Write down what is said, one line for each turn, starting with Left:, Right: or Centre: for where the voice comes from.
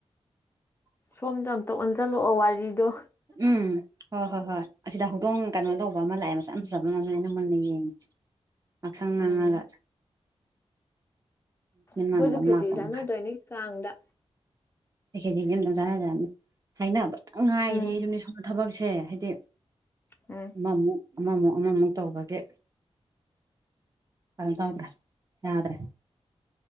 Left: ꯁꯣꯝꯗ ꯑꯝꯇ ꯑꯣꯟꯁꯤꯜꯂꯛꯑꯣ ꯋꯥꯔꯤꯗꯣ
Right: ꯎꯝ ꯍꯣꯏ ꯍꯣꯏ ꯍꯣꯏ ꯑꯁꯤꯗ ꯍꯧꯗꯣꯡ ꯀꯩꯅꯣ ꯇꯧꯕ ꯑꯃ ꯂꯥꯛꯑꯦ ꯃꯁꯥꯛ ꯌꯥꯝ ꯆꯥꯝꯕ ꯑꯃ ꯑꯃꯗꯨꯅꯦ ꯑꯩꯅ ꯃꯨꯟꯅ ꯌꯦꯡꯉꯤꯁꯦ ꯉꯥꯡꯁꯪ ꯉꯥꯡꯉꯥꯒ
Left: ꯎꯝ ꯑꯩꯈꯣꯏꯁꯨ
Right: ꯃꯥꯟꯕ ꯑꯃ
Left: ꯈꯦꯆꯤ
Right: ꯂꯥꯛꯄ ꯑꯃ
Left: ꯆꯥꯟꯅꯗꯣꯏꯅꯤ
Right: ꯈꯔ
Left: ꯀꯥꯡꯗ
Right: ꯈꯦꯆꯤꯁꯤ ꯑꯝꯇꯪ ꯆꯥꯟꯅꯖꯤ ꯍꯥꯢꯕꯅꯤ ꯍꯥꯏꯅꯕꯇꯪ ꯉꯥꯏꯔꯦ
Left: ꯎꯝ
Right: ꯑꯗꯨꯝꯗꯤ ꯁꯣꯝꯗ ꯊꯕꯛꯁꯦ ꯍꯥꯏꯗꯤ
Left: ꯎꯝ
Right: ꯑꯃꯃꯨꯛ ꯑꯃꯃꯨꯛ ꯑꯃꯃꯨꯛ ꯇꯧꯕꯒꯤ ꯀꯦꯝ ꯇꯧꯗ꯭ꯔꯦ ꯌꯥꯗ꯭ꯔꯦ